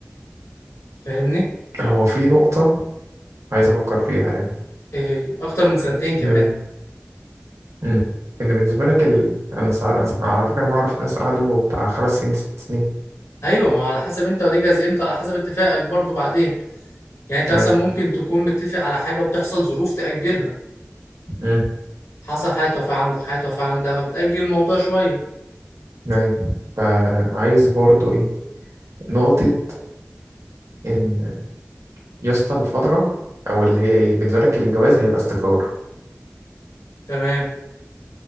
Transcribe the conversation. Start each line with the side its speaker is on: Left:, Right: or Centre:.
Left: فاهمني
Right: هو في نقطة عايز افكر فيها يعني
Left: ايه هي اكتر من سنتين كمان
Right: مم. مم. ان بالنسبة لك ال... انا سع... على فكرة انا اعرف ناس قعدوا بتاع خمس سنين ست سنين
Left: ايوه ما هو على حسب انت هتجهز امتى على حسب اتفاقك برضه بعدين يعني انت مثلا
Right: ايوه
Left: ممكن تكون متفق على حاجه وتحصل ظروف تاجلها
Right: مم.
Left: حصل حاجه توفاه عندك حاجه توفاه عندها فبتاجل الموضوع شويه
Right: ايوه فعايز برضو ايه نقطة ان يا اسطى الفترة او اللي هي ايه بالنسبة لك الجواز هيبقى استقرار
Left: تمام